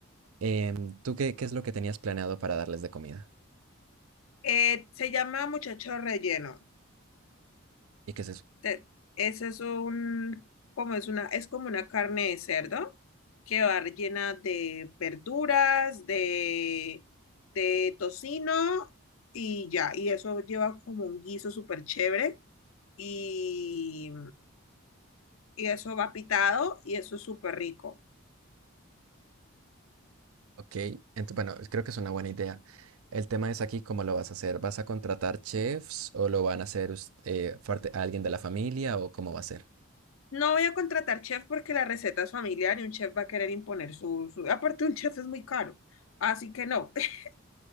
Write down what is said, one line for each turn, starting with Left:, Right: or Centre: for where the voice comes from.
Right: Em, ¿tú qué, qué es lo que tenías planeado para darles de comida?
Left: Eh, se llama muchacho relleno.
Right: ¿Y qué es eso?
Left: Te- ese es un, como es una, es como una carne de cerdo que va rellena de verduras, de, de tocino y ya. Y eso lleva como un guiso súper chévere y, y eso va pitado y eso es súper rico.
Right: Ok, ento- bueno, creo que es una buena idea. El tema es aquí cómo lo vas a hacer. ¿Vas a contratar chefs o lo van a hacer us- eh, parte- alguien de la familia o cómo va a ser?
Left: No voy a contratar chef porque la receta es familiar y un chef va a querer imponer su, su... Aparte, un chef es muy caro. Así que no. <laughs>